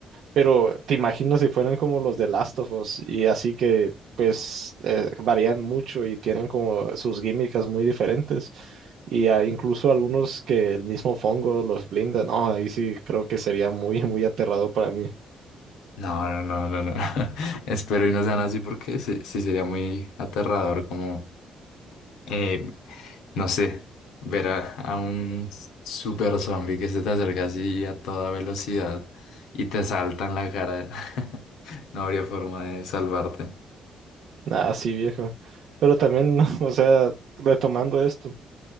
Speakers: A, on the right; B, on the left.
A: Pero te imaginas si fueran como los de Last of Us y así que pues eh, varían mucho y tienen como sus químicas muy diferentes. Y hay incluso algunos que el mismo Fongo los blinda, no, ahí sí creo que sería muy, muy aterrador para mí.
B: No, no, no, no, no. <laughs> Espero y no sean así porque sí, sí sería muy aterrador como Eh, no sé, ver a, a un super zombie que se te acerca así a toda velocidad y te salta en la cara. <laughs> No habría forma de salvarte.
A: Nada, sí, viejo. Pero también, <laughs> o sea, retomando esto,